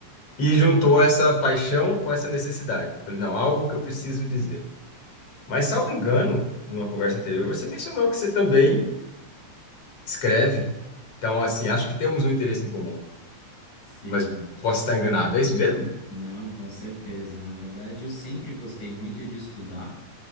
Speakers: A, on the left; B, on the left.
A: e juntou essa paixão com essa necessidade. Eu falei, não, algo que eu preciso dizer. Mas, salvo engano, numa conversa anterior, você mencionou que você também escreve. Então, assim, acho que temos um interesse em comum,
B: Sim,
A: mas posso estar enganado. É isso mesmo?
B: não, com certeza. Na verdade, eu sempre gostei muito de estudar